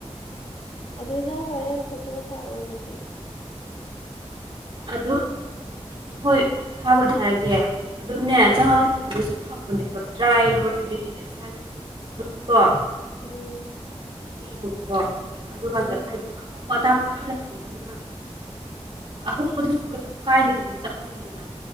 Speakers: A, on the left; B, on the right.
A: ꯑꯣ ꯑꯗꯨꯗ ꯍꯣꯔꯦꯟ ꯐꯣꯇꯣ ꯊꯥꯔꯛꯑꯣ ꯑꯗꯨꯗꯤ
B: ꯑꯗꯨꯝ ꯍꯣꯏ ꯊꯥꯕ ꯊꯥꯔꯛꯀꯦ ꯑꯗꯨꯝꯅꯦ ꯆꯪꯉꯛꯒ ꯊꯤꯕꯗ ꯁꯨꯝ ꯐꯪꯧꯕꯅꯦꯕ ꯗ꯭ꯔꯥꯏ ꯔꯣꯁꯕꯦꯔꯤ ꯂꯤꯞꯁ ꯍꯥꯏꯅ ꯑꯗꯨꯝ ꯀꯣ
A: ꯎꯝ
B: ꯌꯦꯉꯣꯕꯀꯣ ꯑꯗꯨꯀꯥꯟꯗ
A: ꯎꯝ
B: ꯍꯥꯏ ꯑꯇꯥꯡꯕ ꯃꯌꯥꯝ ꯂꯩꯔꯦꯕ ꯑꯗꯨꯅ ꯑꯍꯣꯡꯕꯗꯨꯁꯨ ꯀꯩꯁꯨꯝ ꯀꯥꯏꯗꯦꯗꯅ ꯆꯞ ꯃꯥꯟꯅꯩꯗꯅ